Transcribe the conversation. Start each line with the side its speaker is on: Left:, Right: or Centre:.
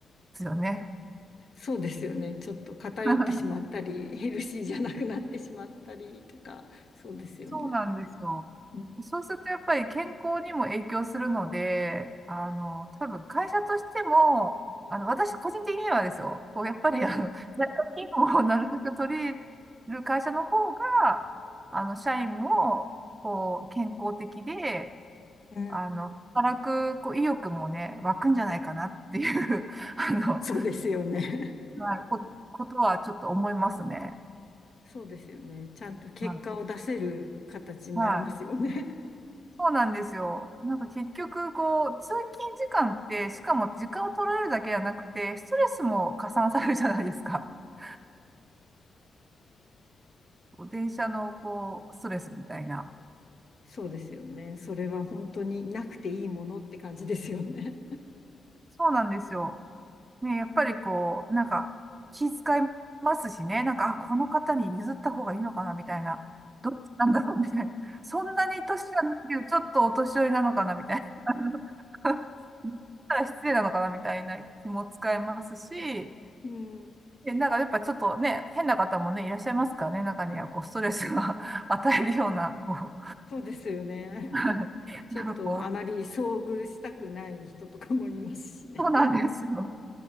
Right: すよね。
Left: そうですよね。ちょっと偏ってしまったり、
Right: <laughs>
Left: ヘルシーじゃなくなってしまったりとか、そうですよね。
Right: そうなんですよ。
Left: うん、
Right: そうするとやっぱり健康にも影響するので、あの、多分会社としても、あの、私個人的にはですよ、こうやっぱりあの、在宅勤務をなるべく取り入れる会社の方が、あの、社員も、こう、健康的で、
Left: うん
Right: あの、働く、こう、意欲もね、湧くんじゃないかなっていう <laughs> あの、
Left: そうですよね。
Right: はい、こ、ことはちょっと思いますね。
Left: そうですよね。ちゃんと結果を出せる形になりますよね。
Right: はい。はいそうなんですよ。なんか結局、こう、通勤時間って、しかも時間を取られるだけじゃなくて、ストレスも加算されるじゃないですか。<laughs> こう電車の、こう、ストレスみたいな。
Left: そうですよね。それは本当になくていいものって感じですよね。
Right: そうなんですよ。ね、やっぱりこう、なんか、気遣いますしね、なんか、あ、この方に譲った方がいいのかな、みたいな。どっちなんだろう、みたいな。<laughs> そんなに年じゃないけど、ちょっとお年寄りなのかな、みたいな。<laughs> 言ったら失礼なのかな、みたいな気も使いますし、
Left: うん、
Right: え、なんかやっぱちょっとね、変な方もね、いらっしゃいますからね、中にはこう、ストレスが <laughs> 与えるような、こ
Left: そうですよね。
Right: う <laughs>
Left: ちょっとあまり遭遇したくない人とかもいますしね。
Right: なんかこう、そうなんですよ。